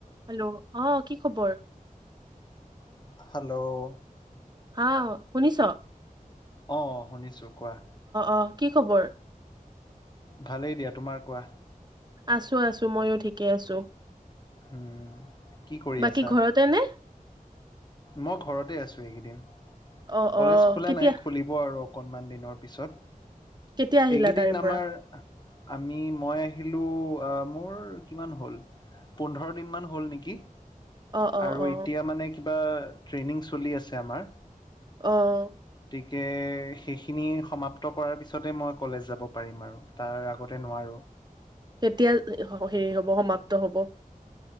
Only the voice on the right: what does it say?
হেল্ল' অ? কি খবৰ?
হা শুনিছ?
অ' কি খবৰ?
আছো-আছো মইো ঠিকে আছো।
বাকী
ঘৰতে নে?
অ'
অ'
কেতিয়া
কেতিয়া আহিলা
তাৰে পৰা?
অ' অ'
অ'
আহ।
কেতিয়া হেৰি হ'ব সমাপ্ত হ'ব।